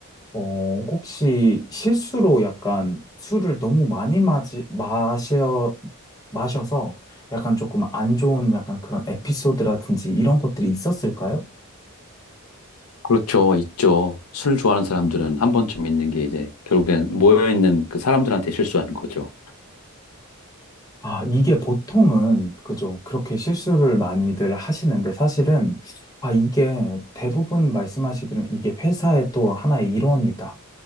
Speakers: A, on the left; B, on the left.
A: 어, 혹시 실수로 약간 술을 너무 많이 마지, 마셔, 마셔서 약간 조금 안 좋은 약간 그런 에피소드라든지 이런 것들이 있었을까요?
B: 그렇죠, 있죠. 술 좋아하는 사람들은 한 번쯤 있는 게 이제 결국엔 모여있는 그 사람들한테 실수하는 거죠.
A: 아, 이게 보통은, 그죠. 그렇게 실수를 많이들 하시는데 사실은, 아, 이게 대부분 말씀하시기는 이게 회사의 또 하나의 일원이다.